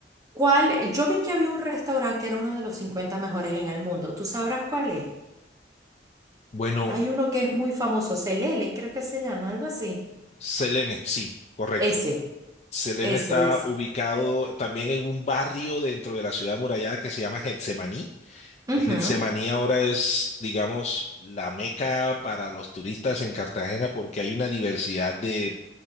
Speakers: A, on the right; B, on the left.
A: ¿Cuál? Yo vi que había un restaurante que era uno de los 50 mejores en el mundo. ¿Tú sabrás cuál es?
B: Bueno,
A: Hay uno que es muy famoso, Celele, creo que se llama, algo así.
B: Selene, sí, correcto.
A: Ese,
B: Selene
A: ese,
B: está
A: ese.
B: ubicado también en un barrio dentro de la ciudad amurallada que se llama Getsemaní,
A: Ujú,
B: que Getsemaní ahora es, digamos, la meca para los turistas en Cartagena porque hay una diversidad de,